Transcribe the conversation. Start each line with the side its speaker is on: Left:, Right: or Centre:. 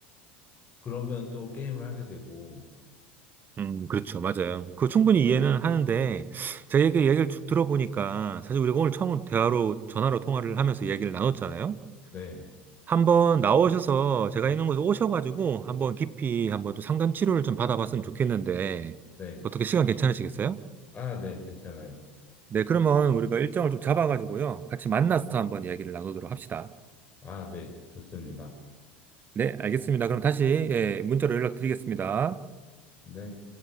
Left: 그러면 또 게임을 하게 되고,
Right: 음, 그렇죠. 맞아요. 그거 충분히 이해는 하는데, 제가 얘기, 얘기를 쭉 들어보니까, 사실 우리가 오늘 처음 대화로, 전화로 통화를 하면서 이야기를 나눴잖아요.
Left: 네,
Right: 한번 나오셔서 제가 있는 곳에 오셔가지고 한번 깊이 한번 좀 상담 치료를 좀 받아봤으면 좋겠는데
Left: 네.
Right: 어떻게 시간 괜찮으시겠어요?
Left: 아, 네, 괜찮아요.
Right: 네, 그러면 우리가 일정을 좀 잡아가지고요. 같이 만나서 한번 이야기를 나누도록 합시다.
Left: 아, 네, 좋습니다.
Right: 네, 알겠습니다. 그럼 다시 예, 문자로 연락드리겠습니다.
Left: 네.